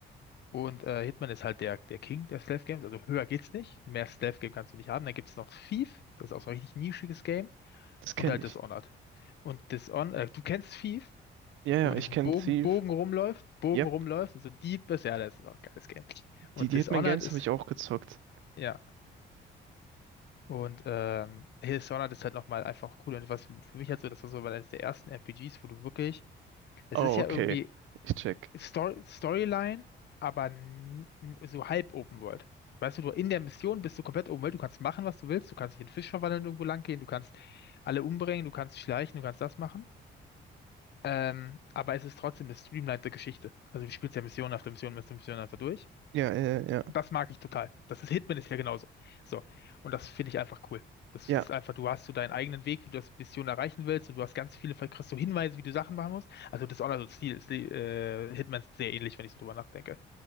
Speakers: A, on the left; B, on the right.
A: Und äh, Hitman ist halt der, der King der Stealth Games. Also höher geht's nicht. Mehr Stealth Game kannst du nicht haben. Dann gibt es noch Thief. Das ist auch so ein richtig nischiges Game.
B: Das kenne
A: Und halt
B: ich.
A: Dishonored. Und Dishonored, äh, du kennst Thief,
B: Ja, ja,
A: wo man
B: ich
A: diesen
B: kenne
A: Bogen,
B: Thief.
A: Bogen rumläuft, Bogen
B: Yep.
A: rumläuft und so Dieb ist. Ja, das ist auch ein geiles Game. Und
B: Die, die
A: Dishonored
B: Hitman Games
A: ist,
B: habe ich auch gezockt.
A: ja. Und ähm, Hell's Sauna ist halt nochmal einfach cool. Und was für mich halt so, das war so eines der ersten RPGs, wo du wirklich, es
B: Oh,
A: ist ja
B: okay.
A: irgendwie
B: Ich check.
A: Story Storyline, aber n- n- so halb Open World. Weißt du, du in der Mission bist du komplett Open World, du kannst machen, was du willst, du kannst dich in Fisch verwandeln, irgendwo lang gehen, du kannst alle umbringen, du kannst schleichen, du kannst das machen. Ähm, aber es ist trotzdem eine streamlinete Geschichte. Also du spielst ja Mission nach der Mission, nach der Mission einfach durch.
B: Ja, ja, ja, ja,
A: Das mag ich total. Das ist Hitman ist ja genauso. So. Und das finde ich einfach cool. Das
B: ja,
A: ist einfach, du hast so deinen eigenen Weg, wie du das Mission erreichen willst und du hast ganz viele, vielleicht kriegst du Hinweise, wie du Sachen machen musst. Also das Honor, so Stil, Stil, äh, Hitman ist sehr ähnlich, wenn ich so drüber nachdenke.